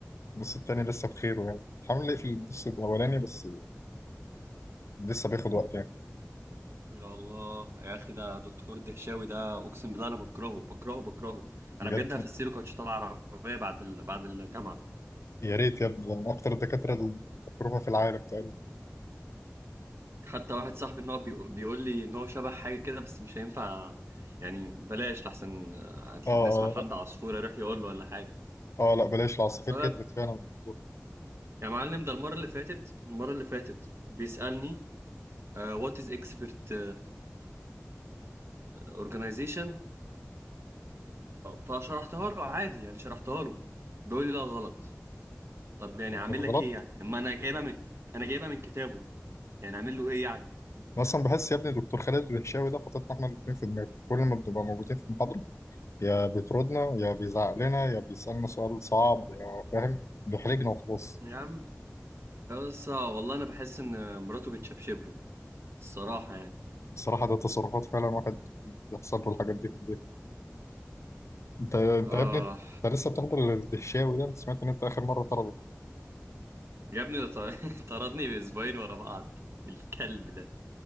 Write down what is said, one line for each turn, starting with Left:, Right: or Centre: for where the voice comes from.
Left: النص التاني لسه بخيره يعني حاول نقفل النص الأولاني بس لسه بياخد وقت يعني
Right: يا الله يا اخي ده دكتور دهشاوي ده اقسم بالله انا بكرهه بكرهه بكرهه
Left: بجد
Right: انا بجد هفسيله كوتش طلع عربيه بعد ال... بعد الجامعه
Left: يا ريت يا ابني ده من أكتر الدكاترة المكروهة في العالم تقريبا
Right: حتى واحد صاحبي ان هو بيقو- بيقول لي ان هو شبه حاجه كده بس مش هينفع يعني بلاش لحسن آه،
Left: اه اه
Right: نسمع حد
Left: لا
Right: عصفور يروح يقول له ولا حاجه
Left: اه لا بلاش العصافير
Right: طيب
Left: كترت فعلا في الدفعة.
Right: يا معلم ده المره اللي فاتت المره اللي فاتت بيسالني وات از اكسبرت اورجانيزيشن فشرحتها له عادي يعني شرحتها له بيقول لي لا غلط طب يعني
Left: يعني
Right: اعمل
Left: كانت غلط
Right: لك ايه يعني اما انا جايبها من انا جايبها من كتابه يعني اعمل له ايه يعني
Left: أنا أصلا بحس يا ابني دكتور خالد الهشاوي ده حاططنا احنا الاتنين في دماغه كل ما بنبقى موجودين في المحاضرة يا بيطردنا يا بيزعق لنا يا بيسألنا سؤال صعب يا فاهم بيحرجنا وخلاص
Right: يا عم بس والله انا بحس ان مراته بتشبشب له الصراحة يعني
Left: بصراحة ده تصرفات فعلا واحد بيحصل له الحاجات دي في البيت انت انت
Right: آه
Left: يا ابني انت لسه بتحضر الدهشاوي ده انت سمعت ان انت اخر مره طرده
Right: يا ابني ده طر- <laughs> طردني بأسبوعين ورا بعض الكلب ده